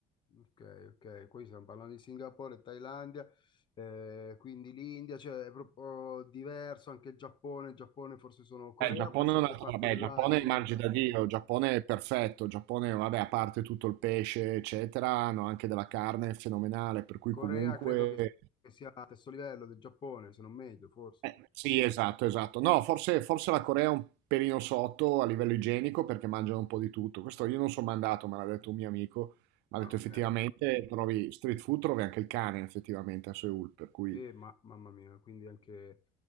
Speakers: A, on the left (about 25°); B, on the right (about 85°).
A: Ok, ok, qui stiamo parlando di Singapore, Thailandia, eh, quindi l'India, cioè è proprio diverso, anche il Giappone, il Giappone forse sono, Corea
B: Eh, il Giappone
A: fa sempre
B: è un altro,
A: parte
B: vabbè,
A: dell'Asia,
B: il Giappone
A: no?
B: mangi da Dio, il Giappone è perfetto, il Giappone, vabbè, a parte tutto il pesce, eccetera, hanno anche della carne fenomenale, per cui
A: Corea
B: comunque...
A: credo che che sia allo stesso livello del Giappone, se non meglio, forse.
B: eh, sì, esatto, esatto. No, forse, forse la Corea è un pelino sotto a livello igienico perché mangiano un po' di tutto. Questo io non sono mandato, me l'ha detto un mio amico, mi
A: Ah,
B: ha detto
A: ok,
B: effettivamente trovi street food, trovi anche il cane effettivamente a Seoul, per cui...
A: sì, ma, mamma mia, quindi anche,